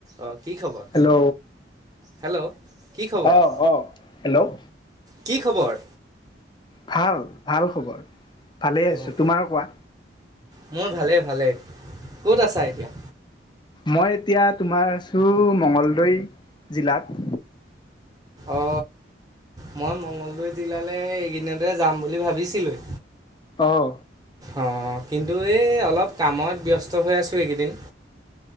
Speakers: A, on the right; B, on the left.
A: অ কি খবৰ
B: হেল্ল'
A: হেল্ল' কি খবৰ
B: অ অ হেল্ল'
A: কি খবৰ
B: ভাল ভাল খবৰ ভালেই আছোঁ
A: অঁ
B: তোমাৰ কোৱা
A: মোৰ ভালেই ভালেই ক'ত আছা এতিয়া
B: মই এতিয়া তোমাৰ আছো মঙগলদৈ জিলাত
A: অ মই মংগলদৈ জিলালে এইকেইদিনতে যাম বুলি ভাবি বছিল লৈ
B: অহ
A: অ কিন্তু এই অলপ কামত ব্যস্ত হৈ আছোঁ এইকেইদিন